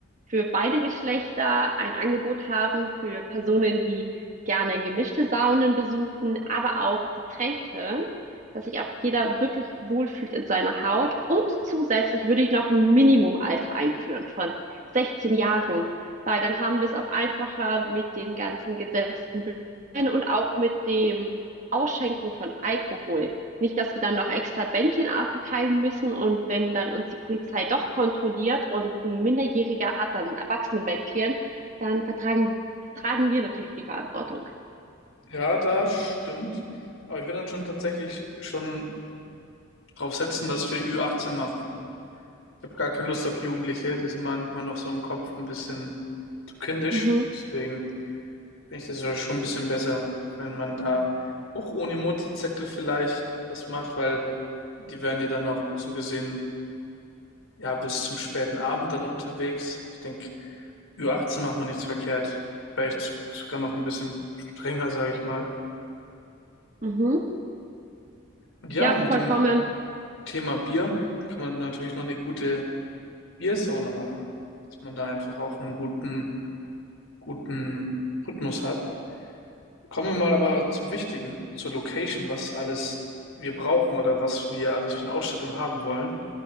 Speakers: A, on the right (about 35°); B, on the left (about 75°).
A: für beide Geschlechter ein Angebot haben, für Personen, die gerne gemischte Saunen besuchen, aber auch getrennte, dass sich auch jeder wirklich wohlfühlt in seiner Haut. Und zusätzlich würde ich noch ein Minimumalter einführen von 16 Jahren, weil dann haben wir es auch einfacher mit den ganzen Gesetzen und auch mit dem Ausschenken von Alkohol. Nicht, dass wir dann noch extra Bändchen verteilen müssen und wenn dann uns die Polizei doch kontrolliert und ein Minderjähriger hat dann ein Erwachsenenbändchen, dann vertragen, tragen wir natürlich die Verantwortung.
B: Ja, das stimmt. Aber ich würde dann schon tatsächlich schon drauf setzen, dass wir ü achtzehn machen. Ich habe gar keine Lust auf Jugendliche. Die sind manchmal noch so im Kopf ein bisschen zu kindisch.
A: Mhm,
B: Deswegen finde ich das ja schon ein bisschen besser, wenn man da auch ohne Mutti-Zettel vielleicht das macht, weil die werden dir dann auch so gesehen ja, bis zum späten Abend dann unterwegs. Ich denke, ü achtzehn macht man nichts verkehrt. Vielleicht sogar noch ein bisschen strenger, sage ich mal.
A: mhm.
B: Und ja,
A: Ja,
B: mit
A: vollkommen.
B: dem Thema Bier kann man natürlich noch eine gute Biersauna machen, dass man da einfach auch einen guten, guten Rhythmus hat. Kommen wir mal aber zum Wichtigen, zur Location, was alles wir brauchen oder was wir alles für eine Ausstattung haben wollen.